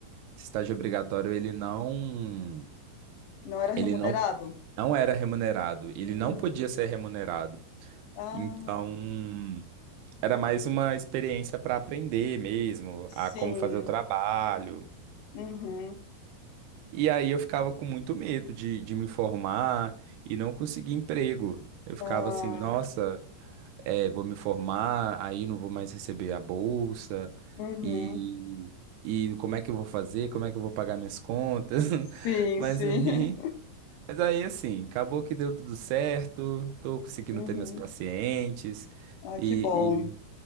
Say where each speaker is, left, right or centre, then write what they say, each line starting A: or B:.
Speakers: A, on the right; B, on the left.
A: esse estágio obrigatório, ele não,
B: Não era remunerado?
A: ele não, não era remunerado,
B: Hum.
A: ele não podia ser remunerado.
B: Ah,
A: Então, era mais uma experiência para aprender mesmo, a
B: sim.
A: como fazer o trabalho.
B: Uhum.
A: E aí eu ficava com muito medo de, de me formar e não conseguir emprego. Eu ficava
B: Ah,
A: assim, nossa, é, vou me formar, aí não vou mais receber a bolsa,
B: uhum.
A: e, e como é que eu vou fazer? Como é que eu vou pagar minhas contas? <laughs>
B: Sim,
A: Mas
B: sim.
A: aí,
B: <laughs>
A: mas aí assim, acabou que deu tudo certo, tô conseguindo
B: Uhum.
A: ter meus pacientes,
B: Ah,
A: e,
B: que bom.
A: e,